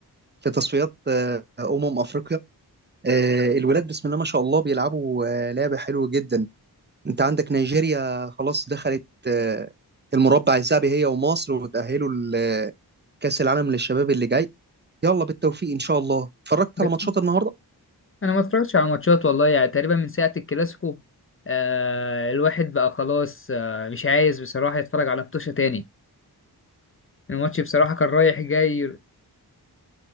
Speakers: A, on the right (about 25°); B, on the left (about 35°).
A: في تصفيات آه، امم افريقيا آه، الولاد بسم الله ما شاء الله بيلعبوا آه، لعبة حلوة جدا انت عندك نيجيريا خلاص دخلت آه، المربع الذهبي هي ومصر وتأهلوا لكأس العالم للشباب اللي جاي يلا بالتوفيق ان شاء الله اتفرجت
B: بت-
A: على ماتشات النهارده
B: انا ما اتفرجتش على ماتشات والله يعني تقريبا من ساعه الكلاسيكو آه الواحد بقى خلاص آه مش عايز بصراحه يتفرج على ماتش تاني الماتش بصراحه كان رايح جاي